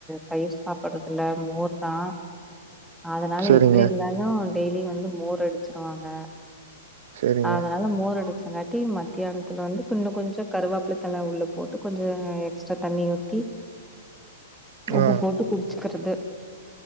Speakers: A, in the centre; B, on the right.
A: பயிர் சாப்பட்றதுல மோர்தா அதனால
B: சேரிங்க
A: எப்பிடி இருந்தாலு டெய்லி வந்து மோர் அடிச்சிருவாங்க
B: சேரிங்க
A: அதனால மோர் அடிச்சங்காட்டி மத் தியானத்துல வந்து இன்னு கொஞ்சோ கருவேப்பில தழ உள்ள போட்டு கொஞ்சோ எக்ஸ்ட்ரா தண்ணி ஊத்தி உப்பு
B: ஆ
A: போட்டு குடிச்சுக்கறது